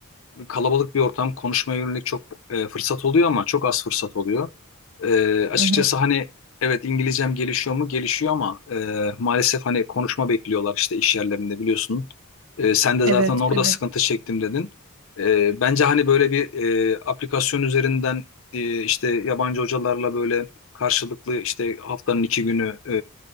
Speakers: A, on the left; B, on the right.
A: kalabalık bir ortam konuşmaya yönelik çok e, fırsat oluyor ama çok az fırsat oluyor. E, açıkçası
B: Hı hı.
A: hani evet İngilizcem gelişiyor mu? Gelişiyor ama e, maalesef hani konuşma bekliyorlar işte iş yerlerinde biliyorsun. E, sen de
B: Evet,
A: zaten orada
B: evet.
A: sıkıntı çektim dedin. E, bence hani böyle bir e, aplikasyon üzerinden e, işte yabancı hocalarla böyle karşılıklı işte haftanın iki günü e,